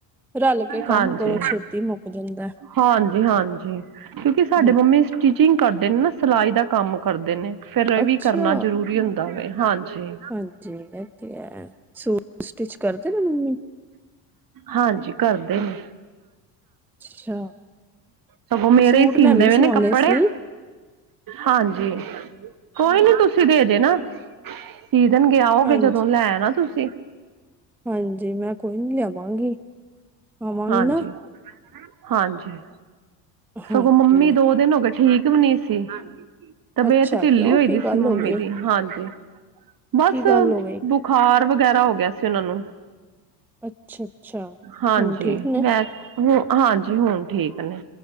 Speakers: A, in the centre; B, on the right.
A: ਰਲ ਕੇ
B: ਹਾਂਜੀ
A: ਕੰਮ ਕਰੋ ਛੇਤੀ ਮੁੱਕ ਜਾਂਦਾ।
B: ਹਾਂਜੀ -ਹਾਂਜੀ ਕਿਉਂਕਿ ਸਾਡੇ
A: ਹਾਂ।
B: ਮੰਮੀ ਸਟਿਚਿੰਗ ਕਰਦੇ ਨੇ ਨਾ ਸਿਲਾਈ ਦਾ ਕੰਮ ਕਰਦੇ ਨੇ ਫਿਰ ਇਹ
A: ਅੱਛਾ
B: ਵੀ ਕਰਨਾ ਜ਼ਰੂਰੀ ਹੁੰਦਾ ਵੇ ਹਾਂਜੀ।
A: ਹਾਂਜੀ ਇਹ ਤੇ ਹੈ ਸੂਟ ਸਟਿਚ ਕਰਦੇ ਨਾ ਮੰਮੀ
B: ਹਾਂਜੀ ਕਰਦੇ ਨੇ।
A: ਅੱਛਾ
B: ਸਗੋਂ ਮੇਰੇ
A: ਸੂਟ
B: ਹੀ ਸੀਂਦੇ
A: ਮੈਂ ਵੀ
B: ਵੇ ਨੇ
A: ਸਵਾਣੇ
B: ਕੱਪੜੇ
A: ਸੀ।
B: ਹਾਂਜੀ ਕੋਈ ਨੀ ਤੁਸੀਂ ਦੇ ਜੇਨਾ ਸੀਦੇਨ ਗੇ ਆਓਗੇ
A: ਹਾਂਜੀ
B: ਜਦੋਂ ਲੈ ਨਾ ਤੁਸੀਂ
A: ਹਾਂਜੀ ਮੈਂ ਕੋਈ ਨੀ ਲਿਆਵਾਂਗੀ ਆਵਾਂਗੀ
B: ਹਾਂਜੀ
A: ਨਾ।
B: ਹਾਂਜੀ
A: ਹਾਂਜੀ।
B: ਸਗੋਂ ਮੰਮੀ ਦੋ ਦਿਨ ਹੋ ਗਏ ਠੀਕ ਵੀ ਨੀ ਸੀ। ਤਬੀਅਤ
A: ਅੱਛਾ
B: ਢਿੱਲੀ
A: ਕਿਉਂ
B: ਹੋਈ
A: ਕੀ
B: ਦੀ
A: ਗੱਲ
B: ਸੀ ਮੰਮੀ
A: ਹੋ ਗਈ
B: ਦੀ ਹਾਂਜੀ। ਬਸ
A: ਕੀ ਗੱਲ ਹੋ ਗਈ
B: ਬੁਖਾਰ ਵਗੈਰਾ ਹੋ ਗਿਆ ਸੀ ਉਹਨਾਂ ਨੂੰ
A: ਅੱਛਾ ਅੱਛਾ
B: ਹਾਂਜੀ
A: ਹੁਣ ਠੀਕ ਨੇ
B: ਮੈਂ ਹੂੰ ਹਾਂਜੀ ਹੁਣ ਠੀਕ ਨੇ